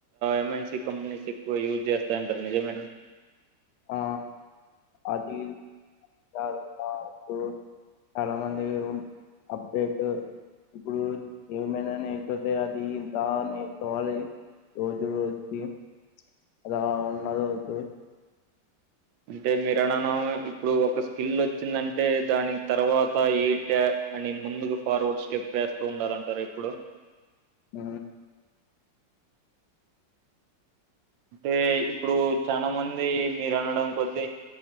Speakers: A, on the right; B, on the left.
A: ఎంఎన్సి కంపెనీస్ ఎక్కువ యూజ్ చేస్తాయంటారు నిజమెన
B: ఆ అది చాలు ఒక ఒకు చాలా మంది అప్డేట్ ఇప్పుడు ఏమైనా నేర్చుతే అది ఇంత నేర్చకోవాలి రోజు రోజుకి అలా ఉన్న రోజు
A: అంటే మీరు అనను ఇప్పుడు ఒక స్కిల్ వచ్చిందంటే దానికి తర్వాత ఏంటి అని ముందుకు ఫార్వర్డ్ స్టెప్ వేస్తూ ఉండాలంటారు ఇప్పుడు
B: ఉ
A: అంటే ఇప్పుడు చానా మంది మీరు అనడం కొద్దీ